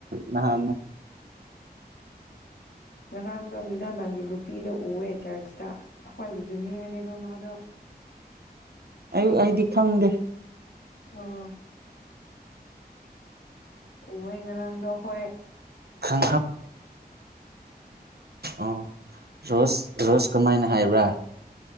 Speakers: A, on the right; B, on the left.
A: ꯅꯍꯥꯟꯗ
B: ꯉꯔꯥꯡꯗꯣ ꯃꯤꯖꯥꯗꯥꯡꯒꯤ ꯅꯨꯄꯤꯗ ꯎꯑꯦ ꯆꯔꯆꯇ ꯑꯩꯈꯣꯏꯒꯤ ꯖꯨꯅꯤꯌꯔꯅꯦꯕ ꯃꯥꯥꯗꯣ
A: ꯑꯌꯨꯛ ꯑꯩꯗꯤ ꯈꯪꯗꯦ
B: ꯑꯣ ꯑꯣꯌꯦ ꯉꯔꯥꯡꯗꯣ ꯈꯣꯏ
A: ꯈꯪꯈ꯭ꯔꯕ ꯑꯣ ꯔꯣꯁ ꯔꯣꯁ ꯀꯃꯥꯏꯅ ꯍꯥꯏꯕ꯭ꯔꯥ